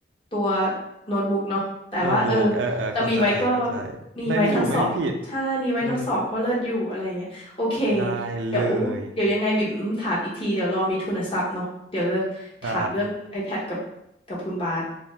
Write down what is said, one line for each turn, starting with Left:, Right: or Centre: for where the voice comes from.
Left: ตัวโน้ตบุ๊กเนาะแต่ว่าเออ
Right: โน้ตบุ๊กเออเออเข้าใจเข้าใจ
Left: เรามีไว้ก็มีไว้ทั้งสอง
Right: ไม่มีถูกไม่มีผิด
Left: ใช่ มีไว้ทั้งสองก็เลิศอยู่อะไรอย่างเงี้ยโอเค
Right: เออได้
Left: เดี๋ยวเดี๋ยวยังไงบิ่มถามอีกทีเดี๋ยวรอมีทุนทรัพย์เนาะเดี๋ยวจะถามเรื่อง
Right: เลยได้
Left: iPad กับกับคุณบาส